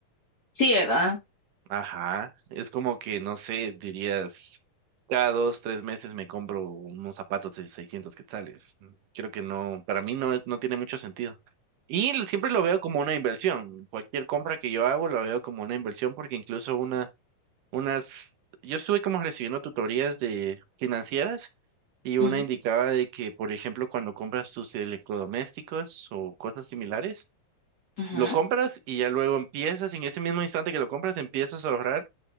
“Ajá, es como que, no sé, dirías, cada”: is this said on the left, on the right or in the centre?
Right